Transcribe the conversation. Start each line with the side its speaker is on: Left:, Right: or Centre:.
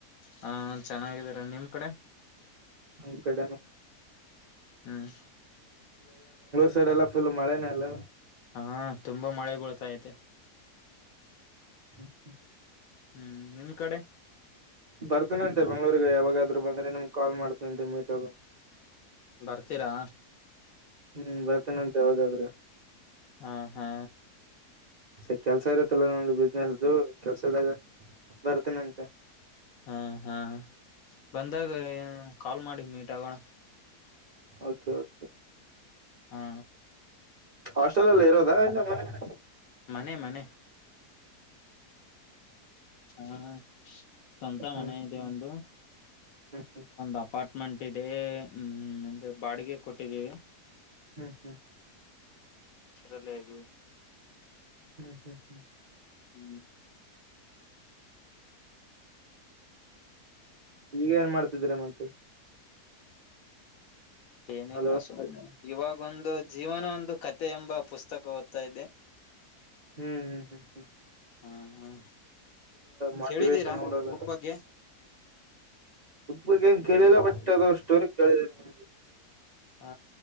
Left: ಹಾ ಚೆನ್ನಾಗಿದಾರ ನಿಮ್ ಕಡೆ
Right: ನಮ ಕಡೆನು
Left: ಹ್ಮ್
Right: ನಿಮ್ಮ್ ಕಡೆ ಫುಲ್ ಮಳೆನೆ ಅಲ್ಲ
Left: ಹಾ ತುಂಬಾ ಮಳೆ ಬರ್ತಾಯೈತೆ
Right: ಹ್ಮ
Left: ಹ್ಮ್ ನಿಮ ಕಡೆ
Right: ಬರ್ತನಂತೆ ಬೆಂಗಳೂರ್ಗ ಯಾವಾಗಾದರು ಬಂದ್ರೆ ನಿಮ್ಗೆ ಕಾಲ್ ಮಾಡ್ತನಂತೆ ಮೀಟ್ ಆಗೋಣ
Left: ಬರ್ತೀರಾ
Right: ಹ್ಮ್ ಬರ್ತೇನೆ ಅಂತೆ ಯಾವಾಗಾದ್ರೆ
Left: ಹಾ ಹಾ
Right: ಸ್ವಲ್ಪ ಕೆಲ್ಸ ಇರುತ್ತಲ್ಲ ನಂದು ಬಬಿಸಿನೆಸ್ದು ಕೆಲ್ಸದಾಗ ಬರ್ತೇನಂತೆ
Left: ಹಾ ಹಾ ಬಂದಾಗ ಕಾಲ್ ಮಾಡಿ ಮೀಟ್ ಆಗೋಣ
Right: ಓಕೆ ಓಕೆ
Left: ಹಾ
Right: ಹಾಸ್ಟಲ್ ಅಲ್ಲಿ ಇರೋದ ಇಲ್ಲ ಮನೇನ
Left: ಮನೆ ಮನೆ ಹಾ ಸ್ವಂತ
Right: ಹ್ಮ್
Left: ಮನೆ ಇದೆ ಒಂದು
Right: ಹ್ಮ್ ಹ್ಮ್
Left: ಒಂದು ಅಪಾರ್ಟ್ಮ ಮೆಂಟ್ ಇದೆ ಹ್ಮ್ ಅಂದ್ರೆ ಬಾಡಿಗೆ ಕೊಟ್ಟಿದ್ದೀವಿ
Right: ಹ್ಮ್ ಹ್ಮ್
Left: ಇಲ್ಲೇ ಇದೀವಿ
Right: ಹ್ಮ್ ಹ್ಮ್ ಹ್ಮ್
Left: ಹ್ಮ್
Right: ಈಗ ಏನ್ ಮಾಡ್ತಿದೇರಾ ಮತ್ತೆ
Left: ಏನಿಲ್ಲ
Right: ಹಲೋ
Left: ಸುಮ್ನೆ ಇವಾಗ ಒಂದು ಜೀವನ ಒಂದು ಕತೆೆ ಎಂಬ ಪುಸ್ತಕ ಓದ್ತಾ ಇದೆ
Right: ಹ್ಮ್ ಹ್ಮ್ ಹ್ಮ್ ಹ್ಮ್
Left: ಹಾ ಹಾ
Right: ಮೋಟಿವೆಷನ್
Left: ಕೇಳಿದ್ದೀರಾ
Right: ಮಾಡೋದು
Left: ಬುಕ್ ಬಗ್ಗೆ
Right: ಬುಕ್ ಏನು ಕೇಳಿಲ್ಲ ಬಟ್ ಅದು ಸ್ಟೋರಿ ಕೇಳಿದಿನಿ
Left: ಹ